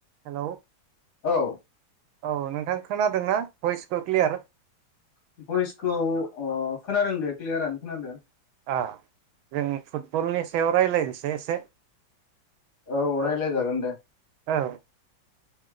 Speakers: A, on the right; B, on the left.
A: Hello
B: औ
A: औ नोंथां खोनादोंना भइसखो क्लियार
B: भइसखौ अ खोनादों दे क्लियारानो खोनादो।
A: आह जों फुटबलनि सायाव रायलायनोसै एसे
B: औ रायलाय जागोन दे।
A: औ